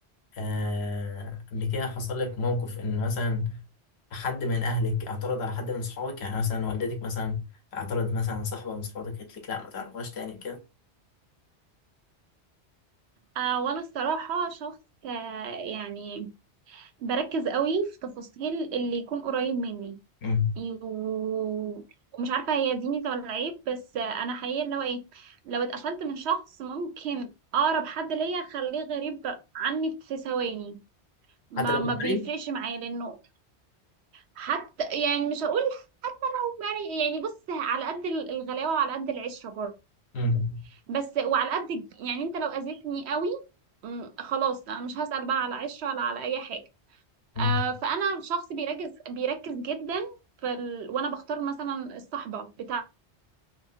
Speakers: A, on the left (about 70°); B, on the right (about 70°).
A: آه، قبل كده حصل لك موقف إن مثلا حد من أهلك اعترض على حد من صحابك يعني مثلا والدتك مثلا اعترضت مثلا على صاحبة من صحابك قالت لك لا ما تعرفهاش تاني كده
B: آه وأنا الصراحة شخص آه يعني بركز قوي في تفاصيل اللي يكون قريب مني
A: مم.
B: و- ومش عارفة هي دي ميزة ولا عيب بس آه أنا حقيقة لو إيه لو اتقفلت من شخص ممكن أقرب حد ليا أخليه غريب عني في ثواني ما
A: حتى لو
B: ما
A: كنت
B: بيفرقش
A: مريض
B: معايا لأنه حتى يعني مش هقول حب يعني يعني بص على قد ال- الغلاوة وعلى قد العشرة برضه
A: مم.
B: بس وعلى قد يعني انت لو اذيتني قوي مم، خلاص انا مش هسأل بقى على عشرة ولا على اي حاجة
A: مم.
B: آه فانا شخص بيركز بيركز جدا في ال... وانا بختار مثلا الصحبة بتاعتي